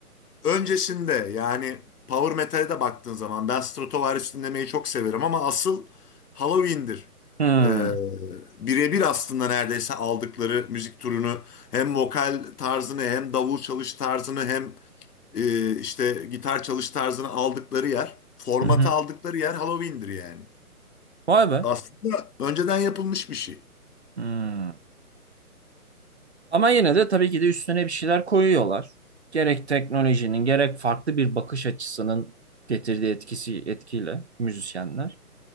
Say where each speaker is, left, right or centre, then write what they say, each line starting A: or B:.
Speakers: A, on the left; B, on the right.
A: öncesinde. Yani power metal'e de baktığın zaman ben Stratovarius dinlemeyi çok severim ama asıl Halloween'dir.
B: Hmm.
A: Ee, birebir aslında neredeyse aldıkları müzik türünü hem vokal tarzını hem davul çalış tarzını hem e, işte gitar çalış tarzını aldıkları yer, formatı
B: Hı hı.
A: aldıkları yer Halloween'dir yani.
B: Vay be.
A: Aslında önceden yapılmış bir şey.
B: Hmm. Ama yine de tabii ki de üstüne bir şeyler koyuyorlar. Gerek teknolojinin gerek farklı bir bakış açısının getirdiği etkisi etkiyle müzisyenler.